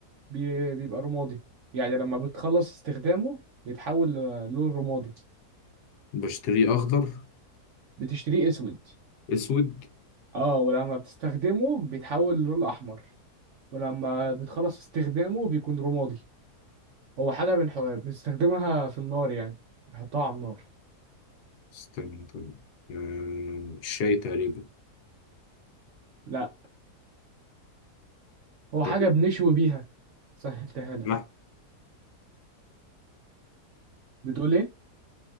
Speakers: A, on the right (about 70°); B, on the left (about 80°).
A: بي- بيبقى رمادي يعني لما بتخلص استخدامه بيتحول للون رمادي
B: بشتريه أخضر
A: بتشتريه أسود
B: أسود
A: اه ولما بتستخدمه بيتحول للون أحمر ولما بتخلص استخدامه بيكون رمادي هو حاجة بنح... بنستخدمها في النار يعني بنحطها على النار
B: استنى طيب آه، الشاي تقريبا
A: لا هو
B: طيب
A: حاجة بنشوي بيها سهلتها لك
B: الفحم
A: بتقول ايه؟